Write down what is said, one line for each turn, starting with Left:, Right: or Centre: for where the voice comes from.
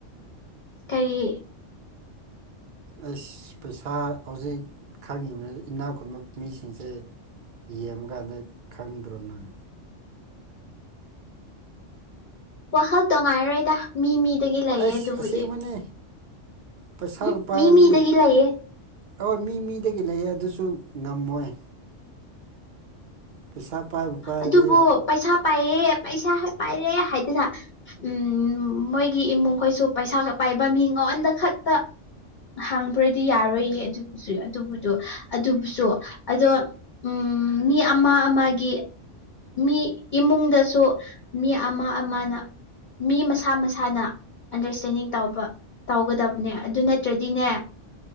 Left: ꯀꯔꯤ
Right: ꯑꯩꯁ ꯄꯩꯁꯥ ꯍꯧꯖꯤꯛ ꯈꯪꯉꯤꯕꯅꯤ ꯏꯅꯥꯛ ꯈꯨꯟꯕ ꯃꯤꯁꯤꯡꯁꯦ ꯌꯦꯡꯕꯥꯀꯥꯟꯗ ꯈꯪꯗ꯭ꯔꯣ ꯅꯪ
Left: ꯋꯥꯈꯜꯇꯣ ꯉꯥꯏꯔꯣꯏꯗ ꯃꯤ ꯃꯤꯗꯒꯤ ꯂꯩꯌꯦ
Right: ꯑꯩꯁ
Left: ꯑꯗꯨꯕꯨꯗꯤ
Right: ꯑꯁꯦꯡꯕꯅꯦ ꯄꯩꯁꯥꯕꯨ
Left: ꯎꯝ
Right: ꯄꯥꯏꯔꯗꯤ
Left: ꯃꯤ ꯃꯤꯗꯒꯤ ꯂꯩꯌꯦ
Right: ꯍꯣꯏ ꯃꯤ ꯃꯤꯗꯒꯤ ꯂꯩꯌꯦ ꯑꯗꯨꯁꯨ ꯉꯝꯃꯣꯏ ꯄꯩꯁꯥ ꯄꯥꯏꯕꯨ ꯄꯥꯏꯔꯗꯤ
Left: ꯑꯗꯨꯕꯨ ꯄꯩꯁꯥ ꯄꯥꯏꯌꯦ ꯄꯩꯁꯥ ꯄꯥꯏꯔꯦ ꯍꯥꯏꯗꯅ ꯎꯝ ꯃꯣꯏꯒꯤ ꯏꯃꯨꯡꯈꯣꯏꯁꯨ ꯄꯩꯁꯥ ꯄꯥꯏꯕ ꯃꯤ ꯃꯉꯣꯟꯗ ꯈꯛꯇ ꯍꯥꯡꯕ꯭ꯔꯗꯤ ꯌꯥꯔꯣꯏꯌꯦ ꯑꯗꯨꯕꯨꯁꯨ ꯑꯗꯨꯕꯨꯗꯣ ꯑꯗꯨꯕꯨꯁꯨ ꯑꯗꯣ ꯎꯝ ꯃꯤ ꯑꯃ ꯑꯃꯒꯤ ꯃꯤ ꯏꯃꯨꯡꯗꯁꯨ ꯃꯤ ꯑꯃ ꯑꯃꯅ ꯃꯤ ꯃꯁꯥ ꯃꯁꯥꯅ ꯑꯟꯗꯔꯁꯇꯦꯟꯗꯤꯡ ꯇꯧꯕ ꯇꯧꯒꯗꯕꯅꯦ ꯑꯗꯨ ꯅꯠꯇ꯭ꯔꯗꯤꯅꯦ